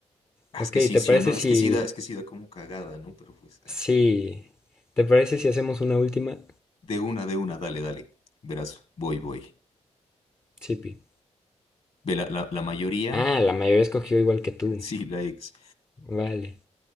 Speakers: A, on the left (about 55°); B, on the left (about 20°).
A: Ah,
B: Ok,
A: Es que sí,
B: ¿te
A: sí
B: parece
A: o no,
B: si,
A: es que sí da, es que sí da como cagada, ¿no? Pero pues, ah,
B: sí, ¿te parece si hacemos una última?
A: de una, de una, dale, dale. Verás, voy, voy.
B: Sí, Pi.
A: Ve, la, la, la mayoría,
B: Ah, la mayoría escogió igual que tú.
A: <laughs> sí, la ex.
B: Vale.